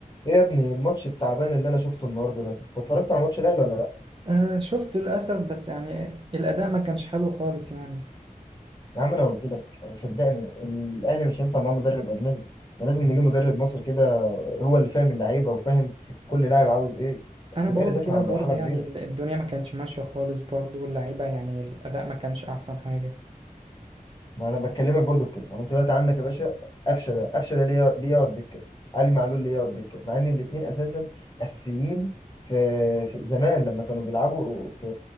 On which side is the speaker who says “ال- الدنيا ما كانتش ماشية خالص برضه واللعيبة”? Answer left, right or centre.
Right